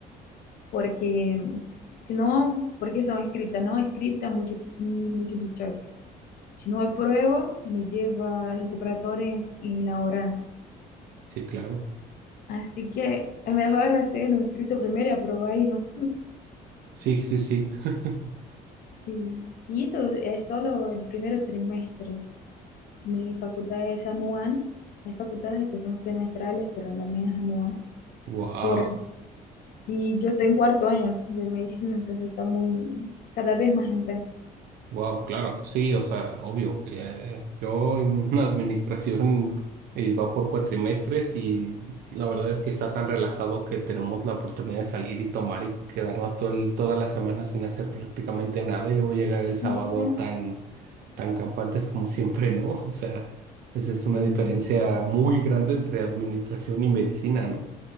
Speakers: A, on the left; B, on the right.
A: porque mm, si no, porque son escritas, no escritas, multi- ni múltiple choice. Si no apruebo, me lleva el recuperatorio en, en la oral.
B: Sí, claro.
A: Así que es mejor hacer un escrito primero y aprobar ahí, ¿no?
B: Sí, sí, sí. <laughs>
A: Sí. Y esto es solo el primer trimestre. Mi facultad es anual. Hay facultades que son semestrales, pero la mía es anual.
B: Wow,
A: Por, y yo estoy en cuarto año de medicina, entonces está muy, cada vez más intenso.
B: wow, claro. Sí, o sea, obvio. eh, yo en una administración eh, va por cuatrimestres y la verdad es que está tan relajado que tenemos la oportunidad de salir y tomar y quedarnos todo el- toda la semana sin hacer prácticamente nada y luego llegar el sábado
A: Mm, eh,
B: tan tan campantes como siempre, ¿no? O sea, esa es
A: Sí.
B: una diferencia muy grande entre administración y medicina, ¿no?